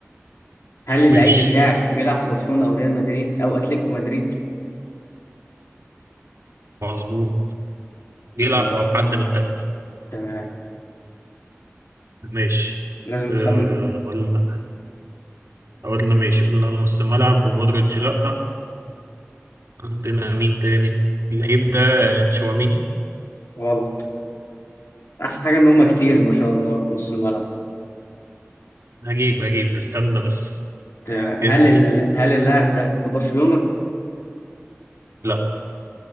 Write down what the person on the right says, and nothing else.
ماشي
مظبوط يلعب
او في حد من التلاتة
ماشي
آه
قلنا قلنا ماشي قلنا نص ملعب ومودريتش لأ عندنا مين تاني اللعيب ده تشواميني
هجيب هجيب استنى بس
اسأل
لأ